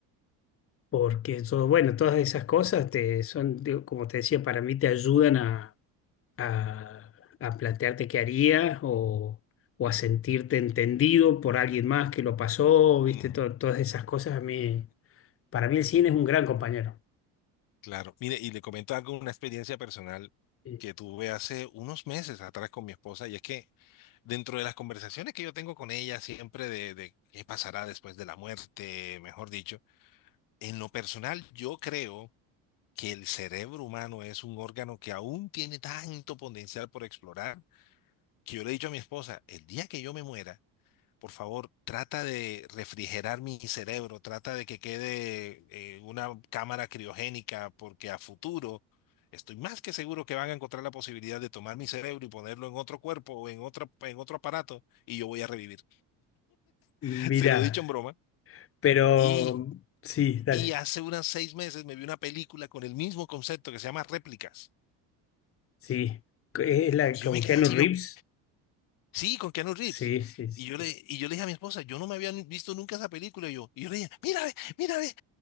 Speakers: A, on the left; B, on the left.
A: porque todo, bueno, todas esas cosas te son, digo, como te decía, para mí te ayudan a, a, a plantearte qué harías o, o a sentirte entendido por alguien más que lo pasó, viste,
B: Ujú.
A: To- todas esas cosas a mí, para mí el cine es un gran compañero.
B: Claro, mire, y le comento algo, una experiencia personal
A: Sí.
B: que tuve hace unos meses atrás con mi esposa, y es que dentro de las conversaciones que yo tengo con ella siempre de, de qué pasará después de la muerte, mejor dicho, en lo personal yo creo que el cerebro humano es un órgano que aún tiene tanto potencial por explorar, que yo le he dicho a mi esposa, el día que yo me muera, por favor, trata de refrigerar mi cerebro, trata de que quede eh, una cámara criogénica, porque a futuro estoy más que seguro que van a encontrar la posibilidad de tomar mi cerebro y ponerlo en otro cuerpo o en otro, en otro aparato y yo voy a revivir.
A: Mira,
B: <laughs> Se lo he dicho en broma.
A: pero
B: Y,
A: sí, dale.
B: y hace unas seis meses me vi una película con el mismo concepto que se llama Réplicas.
A: Sí, es la
B: Y
A: con
B: yo me quedé
A: Keanu
B: así,
A: Reeves.
B: yo, Sí, con Keanu Reeves.
A: Sí, sí, sí.
B: Y yo le, y yo le dije a mi esposa, yo no me había visto nunca esa película. Y yo, y yo le dije, mira, ve, mira, ve.